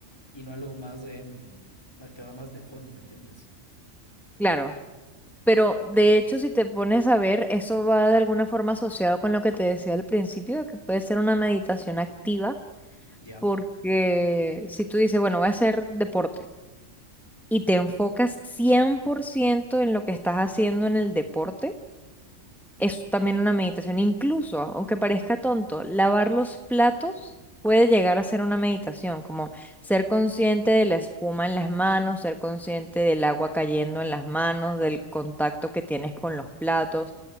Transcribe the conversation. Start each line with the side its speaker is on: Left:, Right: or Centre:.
Left: y no algo más de, mm, más que va más de fondo, ¿me entiendes?
Centre: claro. Pero de hecho, si te pones a ver, eso va de alguna forma asociado con lo que te decía al principio, de que puede ser una meditación activa,
Left: Ya.
Centre: porque si tú dices, bueno, voy a hacer deporte. y te enfocas 100% en lo que estás haciendo en el deporte, es también una meditación. Incluso, aunque parezca tonto, lavar los platos puede llegar a ser una meditación, como ser consciente de la espuma en las manos, ser consciente del agua cayendo en las manos, del contacto que tienes con los platos,